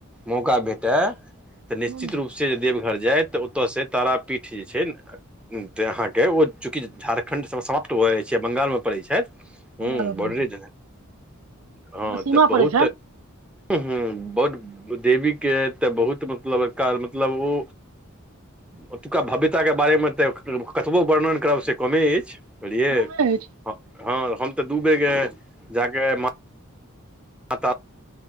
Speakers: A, in the centre; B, on the right (about 85°).
A: मौका भेटै तऽ निश्चित
B: हुँ
A: रूप से जे देवघर जाय तऽ ओतऽ से तारापीठ जे छै नऽ अहाँकेँ ओ चूँकि झारखण्ड सब समाप्त भऽ जाइ छै बंगाल मऽ पड़ै छथि
B: बंगाल
A: हुँ
B: मे
A: बॉडरेजने
B: पड़ै छै
A: हँ
B: हमरा सीमा
A: तऽ
B: पड़ै
A: बहुत
B: छनि
A: ह बहुत देवी के ह तऽ बहुत मतलब मतलब ओ ओतुका भव्यताके बारेमे तऽ कतबो वर्णन करब से कमे अछि। बुझलियै
B: मालूमे अछि
A: हँ हम तऽ दू बेर जाय केँ माँ हँ तऽ